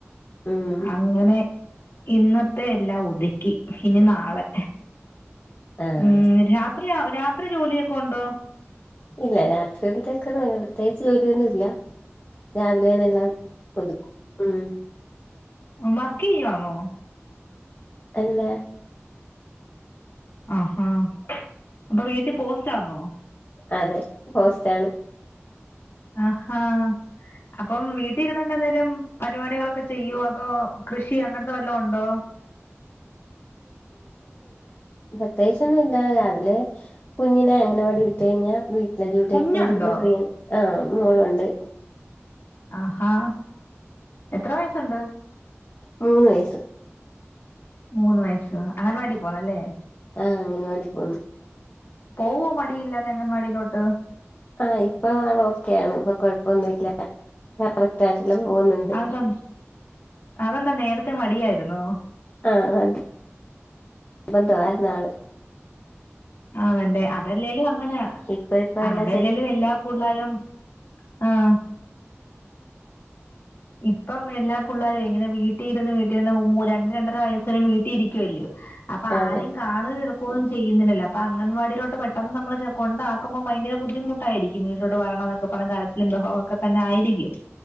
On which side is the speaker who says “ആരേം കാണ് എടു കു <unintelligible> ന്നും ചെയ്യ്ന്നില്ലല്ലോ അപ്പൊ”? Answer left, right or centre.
Left